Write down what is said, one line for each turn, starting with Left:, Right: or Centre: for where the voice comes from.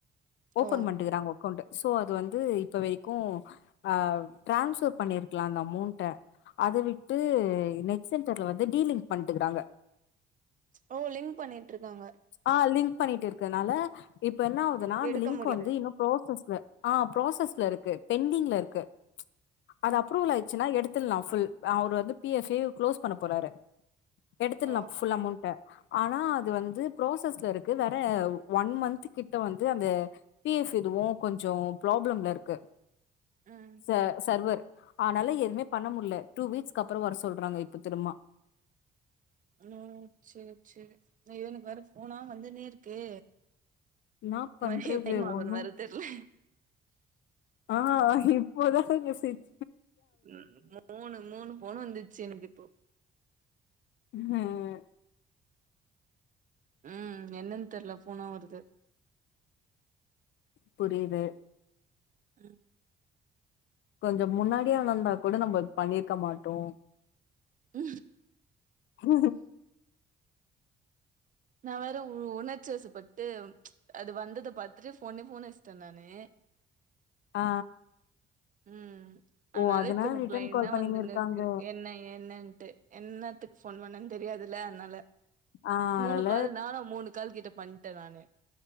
Left: ஓபன்
Right: ஓ
Left: பண்ட்டுக்றாங்க அக்கௌண்ட் சோ அது வந்து இப்ப வரைக்கு ஆ ட்ரான்ஸ்வர் பண்ணிருக்கலா அந்த அமௌண்ட அத விட்டு நெட் சென்டர்ல வந்து டீலிங் பண்ட்டுக்குறாங்க
Right: ஓ லிங்க் பண்ணிட்டுருக்காங்க
Left: ஆ லிங்க் பண்ணிட்டு இருக்கதுனால இப்ப என்ன ஆவுதுன்னா அந்த
Right: எடுக்க
Left: லிங்க்
Right: முடியாது
Left: வந்து இன்னு ப்ராசஸ்ல ஆ ப்ராசஸ்ல இருக்கு பெண்டிங்ல இருக்கு அது
Right: ம்
Left: அப்ரூவல் ஆயிச்சுன்னா எடுத் துர்லா ஃபுல் அவர் வந்து பி எஃப் பே க்ளோஸ் பண்ண போறாரு எடுத்துர்லா
Right: ஓ
Left: ஃபுல் அமௌண்ட்ட ஆனா அது வந்து புராசஸ்ல இருக்கு வேற ஒன் மந்த் கிட்ட வந்து அந்த பி எஃப் இதுவு கொஞ்சொ ப்ராப்ளம்ல இருக்கு
Right: ம்
Left: ச சர்வர் ஆனால எதுவுமே பண்ண முட்ல டூ வீக்ஸ்க்கப்றோ வர சொல்றாங்க இப்ப திரும்மா
Right: ம் செரி செரி ந்த இவ்னுக்கு வேற ஃபோனா வந்துன்னே இருக்கே
Left: என்னா
Right: <unintelligible>
Left: பண்றது ஒண்ணு
Right: வேற தெர்ல
Left: ஆ இப்போதா மெசேஜ்
Right: ம் மூணு மூணு ஃபோனு வந்துச்சு எனக்கு இப்போ
Left: ம்
Right: ம் என்னன் தெர்ல ஃபோனா வருது
Left: புரிது
Right: ம்
Left: கொஞ்சோ முன்னாடியே வந்தா கூட நம்ப பண்ணிருக்க மாட்டோ
Right: உ
Left: உ
Right: நா வேற உ உணர்ச்சி வசப்பட்டு அது வந்தது பாத்துட்டு ஒன்னே ஃபோன் அச்ட்டே நானு
Left: ஆ
Right: ம் அதனால
Left: ஓ
Right: இப்ப எனக்கு
Left: ரிட்டர்ன்
Right: லைன்னா
Left: கால் பண்ணினு
Right: வந்துன்னுருக்கு
Left: இருக்காங்க
Right: என்ன என்னன்ட்டு என்னத்துக்கு ஃபோன் பண்ணன் தெரியாதுல்ல அதனால
Left: ஆ
Right: மூணு
Left: அதனால
Right: கால் நானு மூணு கால் கிட்ட பண்ட்டே நானு